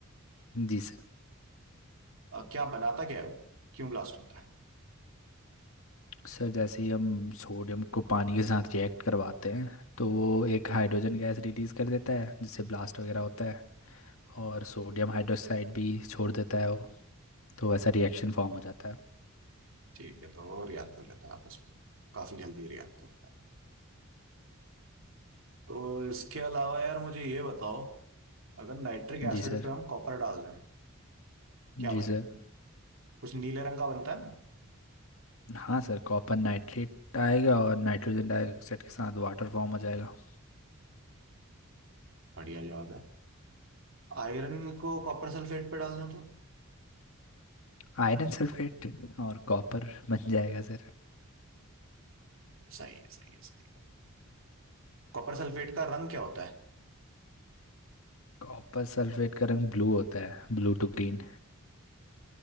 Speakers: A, on the left; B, on the right.
A: जी सर
B: अ, क्या बनाता क्या है वो क्यों ब्लास्ट होता है
A: सर जैसे ही हम सोडियम को पानी के साथ रिएक्ट करवाते हैं तो वो एक हाइड्रोजन गैस रिलीज़ कर देता है जिससे ब्लास्ट वगैरह होता है और सोडियम हाइड्रोक्साइड भी छोड़ देता है वो तो वैसा रिएक्शन फॉर्म हो जाता है
B: ठीक है तो और याद कर लेते हैं आप इसमें काफी जल्दी याद करते हैं तो इसके अलावा यार मुझे ये बताओ अगर नाइट्रिक
A: जी
B: एसिड
A: सर
B: पे हम कॉपर डाल दें क्या
A: जी
B: बनेगा
A: सर
B: कुछ नीले रंग का बनता है ना
A: हाँ सर कॉपर नाइट्रेट आएगा और नाइट्रोजन डाइऑक्साइड के साथ वाटर फॉर्म हो जाएगा
B: बढ़िया जवाब है आयरन को कॉपर सल्फेट पे डाल दें तो
A: आयरन सल्फेट और कॉपर बन जाएगा सर
B: सही है सही है सही है कॉपर सल्फेट का रंग क्या होता है
A: कॉपर सल्फेट का रंग ब्लू होता है blue to green